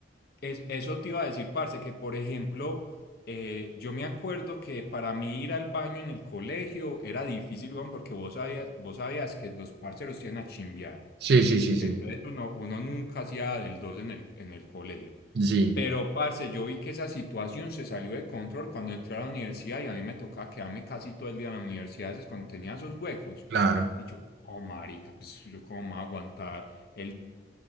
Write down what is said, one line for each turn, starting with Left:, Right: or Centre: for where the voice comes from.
Left: Es- eso te iba a decir, parce, que por ejemplo, eh, yo me acuerdo que para mí ir al baño en el colegio era difícil, weón, porque vos sabías, vos sabías que los parceros iban a chimbear.
Right: Sí, sí, sí, sí.
Left: Entonces uno, uno nunca hacía del dos en el, en el colegio.
Right: Sí.
Left: Pero, parce, yo vi que esa situación se salió de control cuando entré a la universidad y a mí me tocaba quedarme casi todo el día en la universidad, es cuando tenía esos huecos.
Right: Claro.
Left: Y yo, oh, marica, pues yo cómo me voy a aguantar el